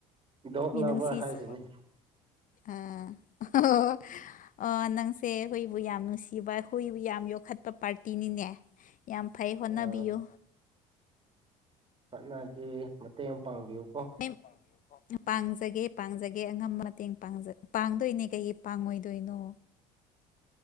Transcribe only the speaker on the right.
ꯗꯣꯛ
ꯂꯚꯔ ꯍꯥꯏꯁꯤꯅꯤ
ꯑ ꯍꯣꯠꯅꯒꯦ ꯃꯇꯦꯡ ꯄꯥꯡꯕꯤꯌꯨ ꯀꯣ
<inaudible>